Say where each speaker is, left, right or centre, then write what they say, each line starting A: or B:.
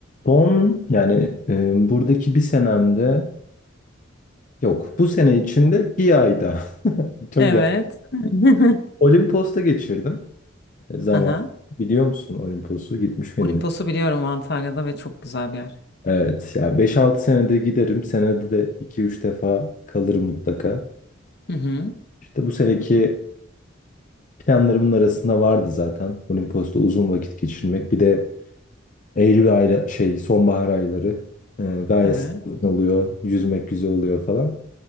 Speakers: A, on the left; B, on the left.
A: Son yani e, buradaki bir senemde yok. Bu sene içinde bir ayda <laughs> çok
B: Evet.
A: yapmadım.
B: <laughs>
A: Olimpos'ta geçirdim e, zaman.
B: Aha.
A: Biliyor musun Olimpos'u? Gitmiş miydin?
B: Olimpos'u biliyorum Antalya'da ve çok güzel bir yer.
A: Evet. Yani beş altı senedir giderim. Senede de iki üç defa kalırım mutlaka.
B: Hı hı.
A: İşte bu seneki planlarımın arasında vardı zaten. Olimpos'ta uzun vakit geçirmek. Bir de Eylül ayla şey sonbahar ayları e, gayet
B: Evet.
A: sakin oluyor. Yüzmek güzel oluyor falan.